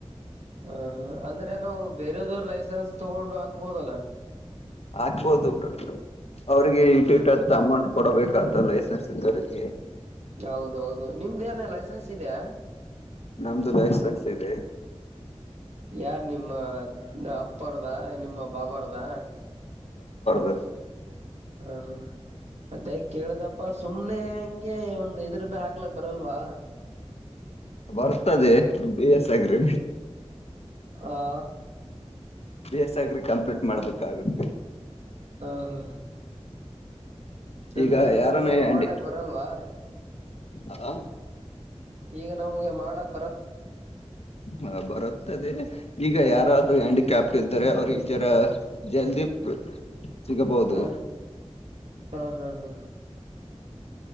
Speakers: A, on the right; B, on the left.
A: ಹ ಹಾ ಅಂದ್ರೆ ನಾವು ಬೇರೆಯದವ್ರ ಲೈಸೆನ್ಸ್ ತಗೊಂಡು ಹಾಕ್ಬೋದಲ್ಲ
B: ಆಗ್ಬೋದು ಅವ್ರಿಗೆ ಇಟ್ಟಿಟ್ಟತ್
A: ಹ್ಮ್
B: ಅಮೌಂಟ್ ಕೊಡಬೇಕಂತಲ್ಲ ಸಗೆ
A: ಹೌದೌದು ನಿಮ್ದ ಏನ ಲೈಸೆನ್ಸ್ ಇದೆಯಾ
B: ನಮ್ದು ಲಷ್ಟ ಜತ ಇದೆ
A: ಯಾರ್ ನಿಮ್ಮ ಅಪ್ಪರ್ದ ನಿಮ್ಮ ಬಾಬಾರದಾ
B: ಸ
A: ಹ ಹಾ ಮತ್ತೆ ಕೇಳ್ದಪ್ಪ ಸುಮ್ನೆ ಹಂಗೆ ಒಂದು್ ಇದ್ರ ಮೇ ಹಾಕ್ಲಕ್ ಬರಲ್ವಾ
B: ಬರ್ತದೆ ಬೇ ಎಸ್ಗ್ರೆ
A: ಆ
B: ಬಿ ಎಸ್ ಆಗ್ರಿ ಕಂಪ್ಲೀಟ್ ಮಾಡ್ಬೇಕಾಗುತ್ತೆ
A: ಹಾ ಹಾ ಅಂದ್ರೆ
B: ಈಗ
A: ನಾವ್
B: ಯಾರಾನ
A: ಇವಾಗ
B: ಆಂಟಿ
A: ಮಾಡ್ಲಕ್ ಬರಲ್ವಾ
B: ಆ
A: ಈಗ ನಮ್ಗೆ ಮಾಡಕ್
B: ಹ ಬರುತ್ತದೆ ಈಗ ಯಾರಾದ್ರೂ ಹ್ಯಾಂಡಿಕ್ಯಾಪ್ಟ ಇದ್ದಾರೆ ಅವರು ಈ ಜರ ಜಲ್ದಿ ಸಿಗಬಹುದು
A: ಹ ಹಾ ಹಾ ಹಾ